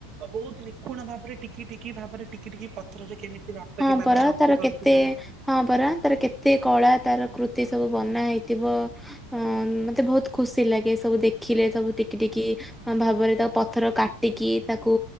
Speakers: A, on the right; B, in the centre.
A: ବହୁତ ନିଖୁଣ ଭାବରେ ଟିକି ଟିକି ଭାବରେ ଟିକି ଟିକି ପତ ପଥର ରେ କେମିତି ନାର୍ତ୍ତକୀ
B: ହଁ
A: ମାନେ
B: ପରା
A: ନୃତ୍ୟ
B: ତାର
A: କରୁଥିବେ।
B: କେତେ ହଁ ପରା ତାର କେତେ କଳା ତାର କୃତି ସବୁ ବନା ହେଇଥିବ। ହଁ ମତେ ବହୁତ ଖୁସି ଲାଗେ ସବୁ ଦେଖିଲେ ସବୁ ଟିକି ଟିକି ଭାବରେ ତାକୁ ପଥର କାଟିକି ତାକୁ